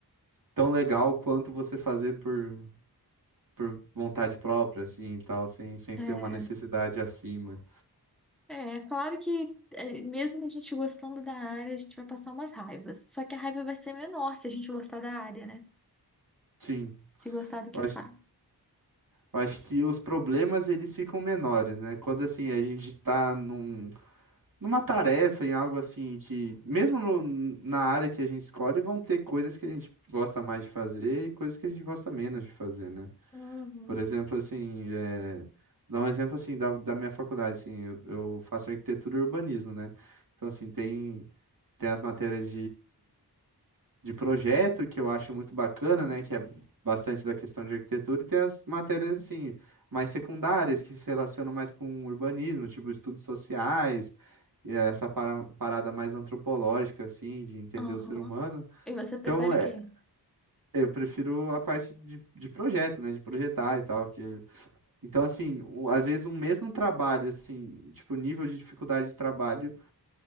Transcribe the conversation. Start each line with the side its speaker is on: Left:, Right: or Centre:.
Right: tão legal quanto você fazer por por vontade própria assim e tal, sem sem ser
Centre: É,
Right: uma necessidade acima.
Centre: é claro que é, mesmo a gente gostando da área, a gente vai passar umas raivas. Só que a raiva vai ser menor se a gente gostar da área, né?
Right: Sim.
Centre: Se gostar do
Right: Eu
Centre: que
Right: acho,
Centre: faz.
Right: eu acho que os problemas eles ficam menores, né? Quando assim a gente tá num numa tarefa, em algo assim que, mesmo no- na área que a gente escolhe, vão ter coisas que a gente gosta mais de fazer e coisas que a gente gosta menos de fazer, né?
Centre: Uhum.
Right: Por exemplo, assim, é, dar um exemplo assim da, da minha faculdade, assim, eu, eu faço arquitetura e urbanismo, né? Então, assim, tem, tem as matérias de projeto, que eu acho muito bacana, né? Que é bastante da questão de arquitetura, e tem as matérias assim, mais secundárias, que se relacionam mais com urbanismo, tipo estudos sociais, e essa para- parada mais antropológica, assim, de entender
Centre: Uhum.
Right: o ser humano.
Centre: E você prefere
Right: Então, é,
Centre: o quê?
Right: eu prefiro a parte de, de projeto, né? De projetar e tal. Que... Então, assim, o- às vezes um mesmo trabalho, assim, tipo, nível de dificuldade de trabalho.